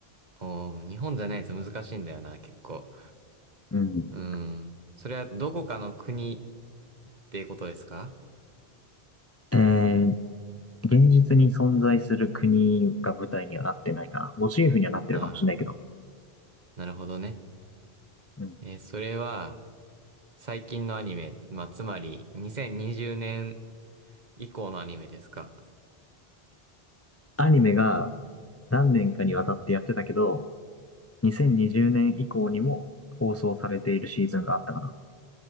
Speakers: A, on the right; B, on the left.
A: おー、日本じゃないと難しいんだよな、結構。
B: うん。
A: うーん。それはどこかの国ってことですか
B: えー、現実に存在する国が舞台にはなってないかな。モチーフにはなってるかもしれないけど。
A: ああー、なるほどね。
B: うん。
A: えーそれは、最近のアニメ、まあ、つまり、2020年以降のアニメですか
B: アニメが何年かにわたってやってたけど、2020年以降にも放送されているシーズンがあったかな。